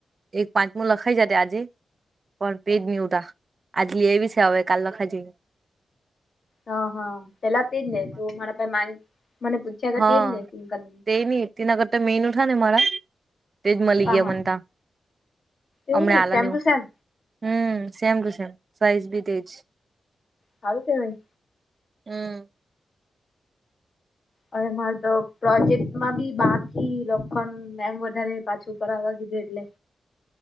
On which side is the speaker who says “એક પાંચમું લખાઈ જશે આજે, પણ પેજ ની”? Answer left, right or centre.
Right